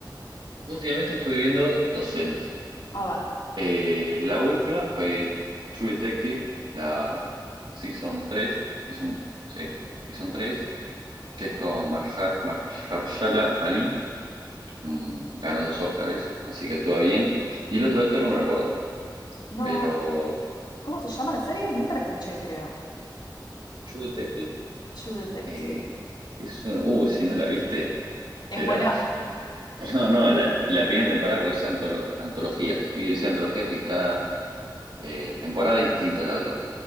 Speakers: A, on the right; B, on the left.
A: últimamente estuve viendo dos series.
B: A ver,
A: Eh, la última fue True Detective, la Season 3, season, sí, Season 3, que es con Marja- Mahershala Ali, mm, ganó dos Óscares, así que actúa bien. Y
B: Bien.
A: el otro actor no me lo acuerdo,
B: no,
A: pero
B: ¿cómo se llama la serie? Nunca la escuché, creo.
A: True Detective,
B: True Detective.
A: eh, es una... Uh, si no la viste,
B: ¿Es
A: pero...
B: buena?
A: <laughs> No, no, la, la primera temporada, pues es antolo- antologías. Y decía antologías que cada eh, temporada distinta a la otra,